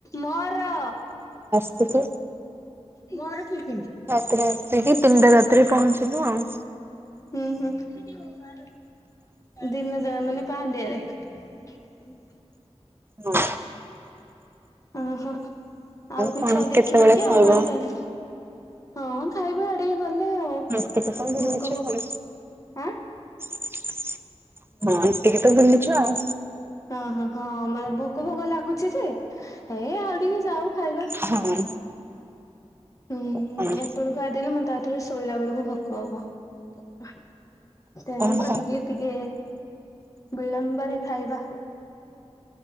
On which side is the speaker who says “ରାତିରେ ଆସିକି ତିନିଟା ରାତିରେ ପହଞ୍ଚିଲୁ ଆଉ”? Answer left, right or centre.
Right